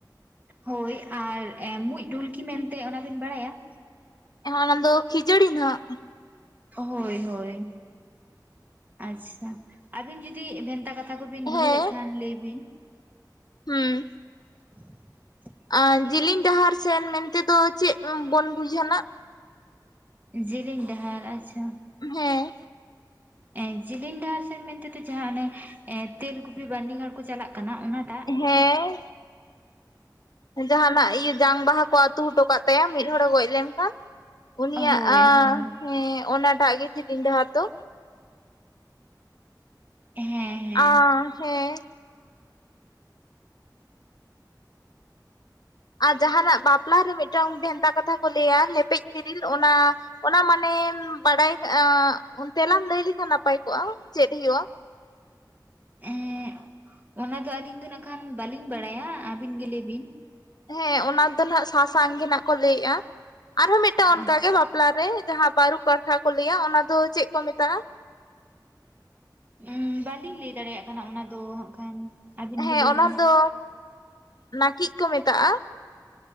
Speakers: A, on the right; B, on the left.
A: ᱦᱳᱭ ᱟᱨ ᱢᱩᱸᱡ ᱰᱷᱩᱞᱠᱤ ᱢᱮᱱᱛᱮ ᱚᱱᱟᱵᱤᱱ ᱵᱟᱲᱟᱭᱟ?
B: ᱦᱮ ᱚᱱᱟ ᱫᱚ ᱠᱷᱤᱡᱟᱹᱲᱤ ᱦᱟᱜ᱾
A: ᱦᱳᱭ ᱦᱳᱭ ᱟᱪᱪᱷᱟ ᱟᱹᱵᱤᱱ ᱡᱩᱫᱤ ᱵᱷᱮᱱᱛᱟ ᱠᱟᱛ ᱛᱷᱟ ᱠᱩᱵᱤᱱ ᱩᱭᱦᱟᱹᱨᱮᱜ
B: ᱦᱮᱸ
A: ᱠᱷᱟᱱ ᱞᱟᱹᱭ ᱵᱤᱱ
B: ᱦᱩᱸ
A: <inaudible>
B: ᱟᱨ ᱡᱤᱞᱤᱧ ᱰᱟᱦᱟᱨ ᱥᱮᱱ ᱢᱮᱱᱛᱮ ᱫᱚ ᱪᱮᱫ ᱵᱚᱱ ᱵᱩᱡᱷ‌ᱟ ᱱᱟᱜ?
A: ᱡᱤᱞᱤᱧ ᱰᱟᱦᱟᱨ ᱟᱪᱪᱷᱟ
B: ᱦᱮᱸ
A: ᱮᱸ ᱡᱤᱞᱤᱧ ᱰᱟᱦᱟᱨ ᱥᱮᱱ ᱢᱮᱱᱛᱮ ᱫᱚ ᱡᱟᱦᱟᱸ ᱚᱱᱮ ᱮᱸ ᱛᱮᱞᱠᱩᱯᱤ ᱵᱟᱹᱨᱱᱤ ᱜᱷᱟᱴ ᱠᱚ ᱪᱟᱞᱟᱜ ᱠᱟᱱᱟ ᱚᱱᱟᱴᱟᱜ,
B: ᱦᱮᱸ ᱡᱟᱦᱱᱟᱜ ᱤᱭᱟᱹ ᱡᱟᱝ ᱵᱟᱦᱟ ᱠᱚ ᱟᱛᱩ ᱦᱚᱴᱚ ᱠᱟᱜ ᱛᱟᱭᱟ ᱢᱤᱫ ᱦᱚᱲᱮ ᱜᱚᱡ ᱞᱮᱱᱠᱷᱟᱱ᱾ ᱩᱱᱤᱭᱟᱜ
A: ᱦᱳᱭ ᱦᱳᱭ
B: ᱦᱮᱸ ᱚᱱᱟᱴᱟᱜ ᱜᱮ ᱡᱤᱞᱤᱧ ᱰᱟᱦᱟᱨ ᱫᱚ᱾
A: ᱦᱮᱸ ᱦᱮᱸ
B: ᱟ ᱦᱮᱸ ᱟᱨ ᱡᱟᱦᱟᱱᱟᱜ ᱵᱟᱯᱞᱟ ᱨᱮ ᱢᱤᱫᱴᱟᱝ ᱵᱷᱮᱱᱛᱟ ᱠᱟᱛᱷᱟ ᱠᱚ ᱞᱟᱹᱭᱟ ᱞᱮᱯᱮᱡ ᱛᱤᱨᱤᱞ ᱚᱱᱟ ᱚᱱᱟ ᱢᱟᱱᱮᱢ ᱵᱟᱰᱟᱭ ᱚᱱ ᱛᱮᱞᱟᱢ ᱞᱟᱹᱭ ᱞᱮᱠᱷᱟᱱ ᱱᱟᱯᱟᱭ ᱠᱚᱜ-ᱟ ᱪᱮᱫ ᱦᱩᱭᱩᱜ-ᱟ?
A: ᱮᱦᱮ ᱚᱱᱟ ᱫᱚ ᱟᱹᱞᱤᱧ ᱫᱚ ᱱᱟᱜ ᱠᱷᱟᱱ ᱵᱟᱞᱤᱧ ᱵᱟᱲᱟᱭᱟ, ᱟᱹᱵᱤᱱ ᱜᱮ ᱞᱟᱹᱭ ᱵᱤᱱ
B: ᱦᱮᱸ ᱚᱱᱟ ᱫᱚ ᱱᱟᱜ ᱥᱟᱥᱟᱝ ᱜᱮ ᱱᱟᱜᱦ ᱠᱚ ᱞᱟᱹᱭᱮᱜ-ᱟ ᱟᱨᱦᱚᱸ ᱢᱤᱫᱴᱟᱝ ᱚᱱᱠᱟᱜ
A: ᱟᱪᱪᱷᱟ
B: ᱜᱮ ᱵᱟ ᱯᱞᱟ ᱨᱮ ᱡᱟᱦᱟᱸ ᱵᱟᱹᱨᱩ ᱠᱟᱲᱠᱷᱟ ᱠᱚ ᱞᱟᱹᱭᱟ ᱚᱱᱟ ᱫᱚ ᱪᱮᱫ ᱠᱚ ᱢᱮᱛᱟᱜ-ᱟ?
A: ᱩ ᱵᱟᱹᱞᱤᱧ ᱞᱟᱹᱭ ᱫᱟᱲᱮᱭᱟᱜ ᱠᱟᱱᱟ ᱚᱱᱟ ᱫᱚ ᱦᱟᱸᱜ ᱠᱷᱟᱱ ᱟᱹᱵᱤᱱ
B: ᱦᱮᱸ
A: ᱜᱮ ᱞᱟᱹᱭ
B: ᱚᱱᱟ
A: ᱵᱤᱱ
B: ᱫᱚ ᱱᱟᱹᱠᱤᱡ ᱠᱚ ᱢᱮᱛᱟᱜ-ᱟ᱾